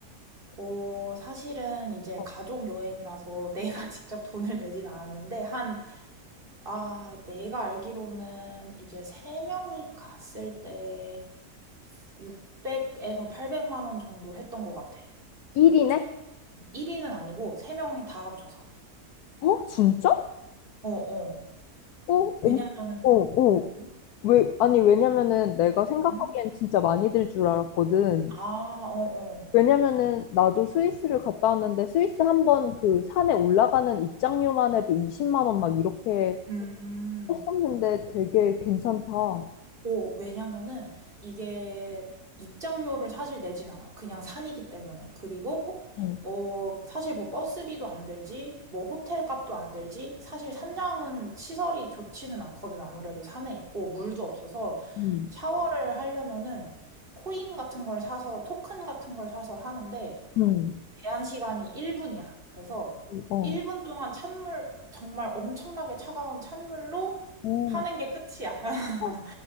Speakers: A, on the right (about 35°); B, on the left (about 80°).
A: 어, 사실은 이제
B: 어,
A: 가족 여행이라서 <laughs> 내가 직접 돈을 내진 않았는데, 한, 아, 내가 알기로는 이제 세명이 갔을 때 600에서 800만 원 정도 했던 것 같아.
B: 1인에?
A: 총 1위는 아니고, 세명이다 합쳐서.
B: 어, 진짜?
A: 어, 어.
B: 어, 어,
A: 왜냐면은,
B: 어, 어.
A: 음, 음,
B: 왜, 아니, 왜냐면은 내가 생각하기엔
A: 음.
B: 진짜 많이 들 줄 알았거든.
A: 아, 어, 어.
B: 왜냐면은 나도 스위스를 갔다 왔는데 스위스 한 번 그 산에 올라가는 입장료만 해도 20만 원 막 이렇게
A: 음.
B: 했었는데 되게 괜찮다. 어,
A: 오 왜냐면은 이게 입장료를 사실 내진 않아. 그냥 산이기 때문에. 그리고
B: 어,
A: 어, 사실 뭐 버스비도 안 들지, 뭐 호텔 값도 안 들지. 사실 산장은 시설이 좋지는 않거든. 아무래도 산에 있고 물도 없어서
B: 음,
A: 샤워를 하려면은 코인 같은 걸 사서 토큰 같은 걸 사서 하는데
B: 음,
A: 제한 시간이 1분이야. 그래서
B: 어.
A: 1분 동안 찬물, 정말 엄청나게 차가운 찬물로
B: 오,
A: 하는 게 끝이야. <laughs>
B: 어.